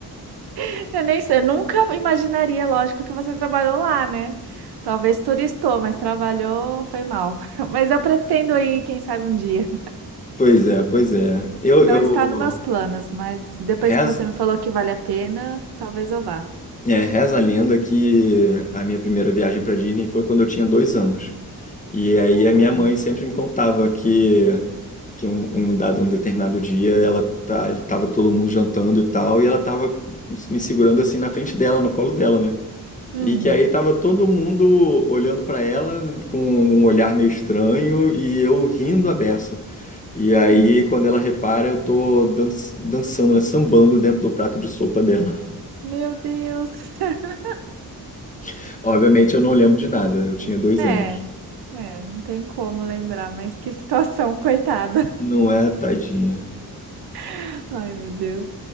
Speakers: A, on the right; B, on the left.
A: <laughs> eu nem sei, eu nunca imaginaria, lógico, que você trabalhou lá, né? Talvez turistou, mas trabalhou, foi mal. <laughs> Mas eu pretendo ir, quem sabe um dia.
B: Pois é, pois é. Eu,
A: Não
B: eu
A: está nos meus planos, mas depois
B: reza,
A: que você me falou que vale a pena, talvez eu vá.
B: é, reza a lenda que a minha primeira viagem para Disney foi quando eu tinha dois anos. E aí a
A: Ah,
B: minha mãe sempre me contava que, que um, um dado, um determinado dia ela tá, tava todo mundo jantando e tal, e ela tava me segurando assim na frente dela, no colo dela, né?
A: hum.
B: E que aí tava todo mundo olhando pra ela com um olhar meio estranho e eu rindo a beça. E
A: hum.
B: aí, quando ela repara, eu tô dan- dançando, né, sambando dentro do prato de sopa dela.
A: Meu Deus. <laughs>
B: <laughs> Obviamente, eu não lembro de nada, eu tinha dois
A: É,
B: anos.
A: é, não tem como lembrar, mas que situação, coitada.
B: Não é, tadinha.
A: <laughs> Ai, meu Deus.